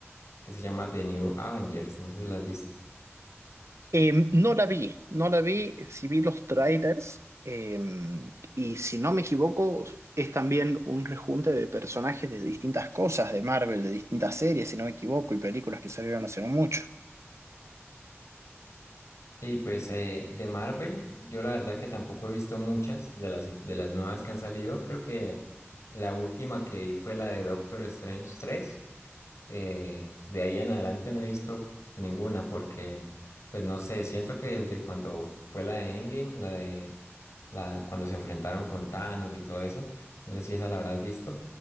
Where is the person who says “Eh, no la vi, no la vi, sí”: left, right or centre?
Right